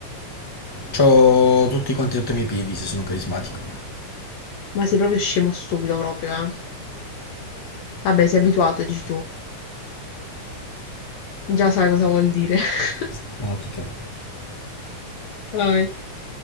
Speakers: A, on the left; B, on the left.
A: C'ho tutti quanti sotto i miei piedi se sono carismatico.
B: Ma sei proprio scemo stupido proprio, eh. Vabbè, sei abituato, dici tu. Già sai cosa vuol dire. <laughs>
A: Simpatica.
B: Vai.